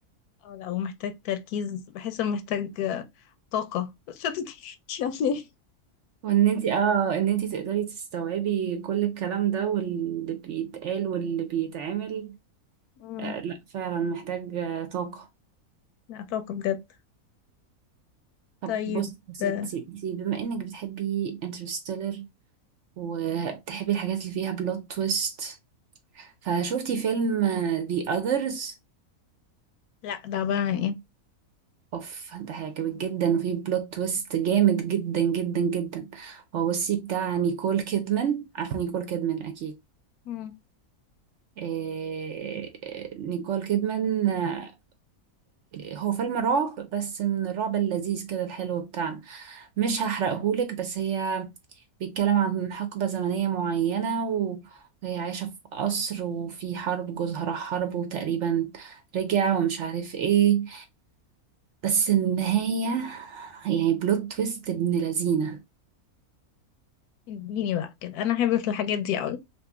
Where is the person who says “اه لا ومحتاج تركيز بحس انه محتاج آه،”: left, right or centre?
Left